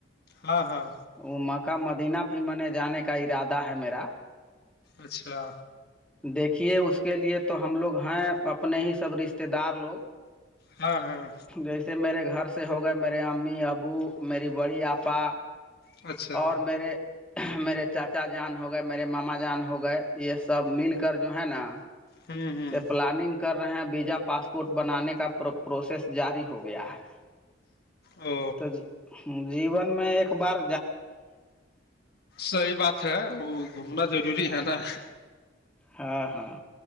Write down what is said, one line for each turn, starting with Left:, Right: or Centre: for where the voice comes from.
Left: ہاں ہاں
Centre: وہ مکہ مدینہ بھی منے جانے کا ارادہ ہے میرا
Left: اچھا
Centre: دیکھیے اس کے لیے تو ہم لوگ ہیں اپنے ہی سب رشتے دار لوگ
Left: ہاں ہاں
Centre: <inaudible> سے میرے گھر سے ہو گئے میرے امی ابو میری بڑی آپا
Left: اچھا
Centre: اور میرے میرے چاچا جان ہو گئے میرے ماما جان ہو گئے یہ سب مل کر جو ہے نا
Left: ہوں ہوں
Centre: سے پلاننگ کر رہے ہیں ویزا پاسپورٹ بنانے کا پرو پروسیس جاری ہو گیا ہے
Left: او
Centre: تو جیون میں ایک بار
Left: صحیح بات ہے ضروری ہے نا
Centre: ہاں ہاں